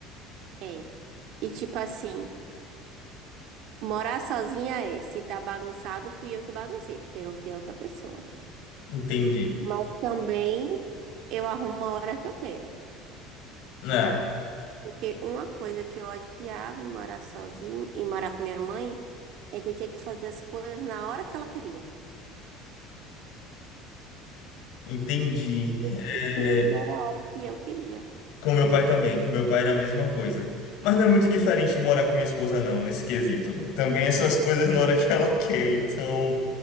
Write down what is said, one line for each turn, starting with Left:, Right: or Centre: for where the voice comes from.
Right: É. E, tipo assim, morar sozinha é, se tá bagunçado, fui eu que baguncei, porque não tem outra pessoa.
Left: Entendi.
Right: Mas também eu arrumo uma hora que eu quero.
Left: Ah,
Right: Porque uma coisa que eu odiava em morar sozinha e morar com minha mãe é que eu tinha que fazer as coisas na hora que ela queria.
Left: entendi.
Right: E nem
Left: É,
Right: sempre era a hora que eu queria.
Left: Com meu pai também, com meu pai era a mesma coisa. Mas não é muito diferente de morar com minha esposa, não, nesse quesito. Também essas <laughs> coisas na hora que ela quer, então,